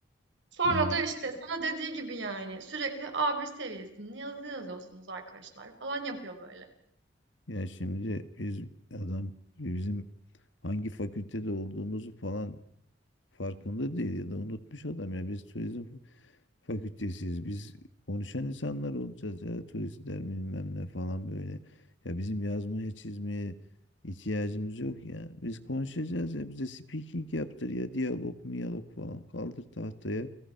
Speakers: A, on the right (about 80°); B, on the left (about 85°).
A: Sonra
B: Ya,
A: da işte sana dediği gibi yani sürekli A1 seviyesinde yazı yazıyorsunuz arkadaşlar falan yapıyor böyle.
B: ya şimdi biz adam bizim hangi fakültede olduğumuzu falan farkında değil ya da unutmuş adam ya biz turizm fakültesiyiz biz konuşan insanlar olacağız ya turistler bilmem ne falan böyle ya bizim yazmaya çizmeye ihtiyacımız yok ya biz konuşacağız ya bize speaking yaptır ya diyalog miyalog falan kaldır tahtaya